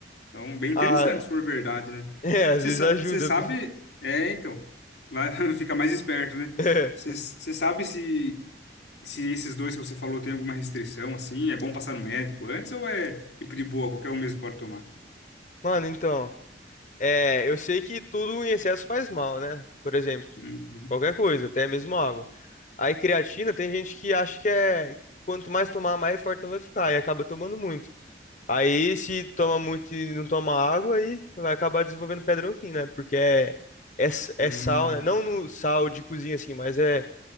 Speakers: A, on the left; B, on the left.
A: Então, bem interessante,
B: Ah,
A: se for verdade, né?
B: <laughs> é, às
A: Você
B: vezes
A: sa-
B: ajuda.
A: você sabe.
B: <laughs>
A: É, então. Vai <laughs> ficar mais esperto, né?
B: É.
A: Você você sabe se, se esses dois que você falou tem alguma restrição, assim? É bom passar no médico antes ou é tipo de boa, qualquer um mesmo pode tomar?
B: Mano, então, é, eu sei que tudo em excesso faz mal, né? Por exemplo,
A: Uhum.
B: qualquer coisa, até mesmo água. Aí creatina, tem gente que acha que é, que quanto mais tomar, mais fortão vai ficar e acaba tomando muito. Aí, se toma muito e não toma água, aí vai acabar desenvolvendo pedra no rim, né? Porque é, é, s- é
A: Uhum.
B: sal, né? Não no sal de cozinha, assim, mas é,